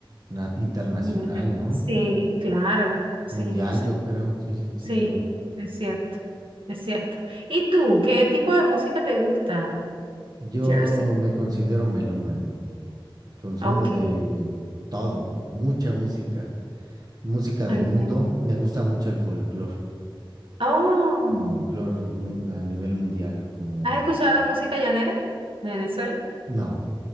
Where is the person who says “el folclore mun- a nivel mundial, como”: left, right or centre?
Right